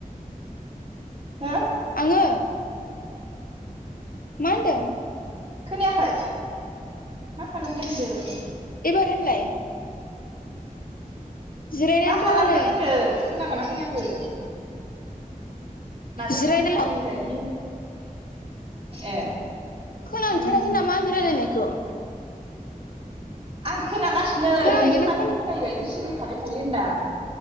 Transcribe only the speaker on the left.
आङो मा होनदों?
एबार होनलाय जिरायनानै
दङ नै
जिरायनाय
खोनाहैथाराखै
नामा आंनि रायलायनायखौ
खोनाहैगोन
ना
खोनाया